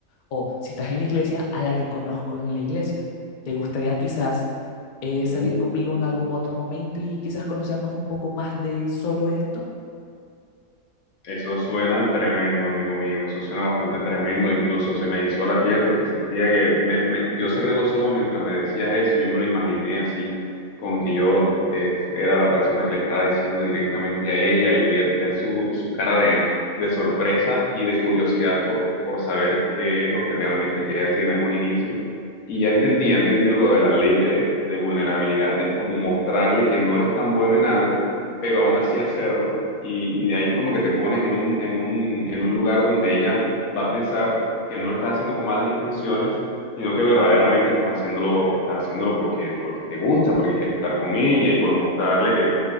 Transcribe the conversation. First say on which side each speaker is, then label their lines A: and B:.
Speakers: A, on the left; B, on the left.
A: o si estás en la iglesia, a la que conozco en la iglesia. ¿Te gustaría quizás eh,
B: uy.
A: salir conmigo en algún otro momento y quizás conocernos un poco más de solo esto?
B: Eso suena tremendo, amigo mío. Eso suena bastante tremendo. Incluso se me hizo la piel porque sentía que me, me- yo cerré los ojos mientras me decías eso y yo me lo imaginé así, con que yo eh, era la persona que le estaba diciendo directamente a ella y ver, ver su, su cara de, de sorpresa y de curiosidad por, por saber qué es lo que realmente quería decirle en un inicio. Y ya entendí, ya entendí lo de la ley de, de vulnerabilidad. Es como mostrarle que no eres tan bueno en algo, pero aún así hacerlo y, y de ahí como que te pones en un, en un, en un lugar donde ella va a pensar que no lo estás haciendo con malas intenciones, sino que verdaderamente estás haciéndolo, estás haciéndolo porque, porque te gusta, porque quieres estar con ella y por mostrarle que,